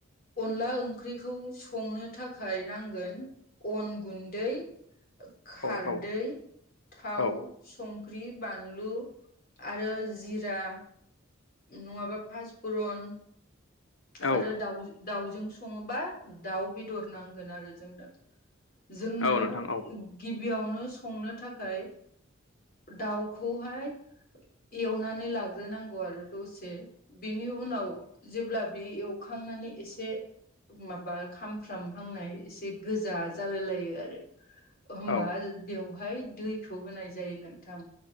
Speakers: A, on the left; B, on the left.
A: अनला ओंख्रिखौ संनो थाखाय नांगोन अन गुन्दै, खारदै
B: औ औ
A: थाव
B: औ
A: संख्रि बानलु आरो जिरा नङाबा फासफुरन
B: औ
A: आरो दाउ दाउजों सङोबा दाउ बेदर नांगोन आरो जोंनो। जोंनो
B: औ नोंथां औ
A: गिबियावनो संनो थाखाय दाउखौहाय एवनानै लाग्रोनांगौ आरो दसे बिनि उनाव जेब्ला बे एवखांनानै एसे ओ माबा खामफ्राम हांनाय एसे गोजा जालाय लायो आरो। होमबा
B: औ
A: बेवहाय दैखौ होनाय जायो नोंथां